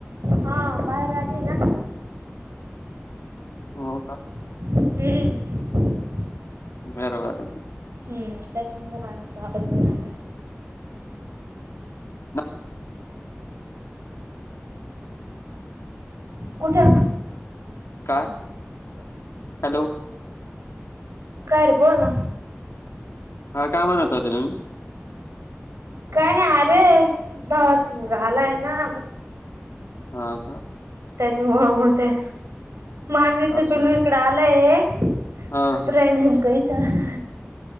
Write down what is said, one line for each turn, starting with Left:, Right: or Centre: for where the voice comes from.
Right: हा बाहेर आली ना
Left: हो का
Right: हम्म
Left: बरोबर
Right: हम त्याचमुळे वाऱ्याचा आवाज येऊ राहिला
Left: न
Right: कठे
Left: काय हॅलो
Right: काय रे बोल ना
Left: हा काय म्हणत होते तुम्ही
Right: काणी अरे भावाचा मुलगा आला आहे ना
Left: हा का
Right: त्याच्यामुळे मांजरीचं
Left: असं.
Right: पिलू इकड आलंय <unintelligible>
Left: हां, हां.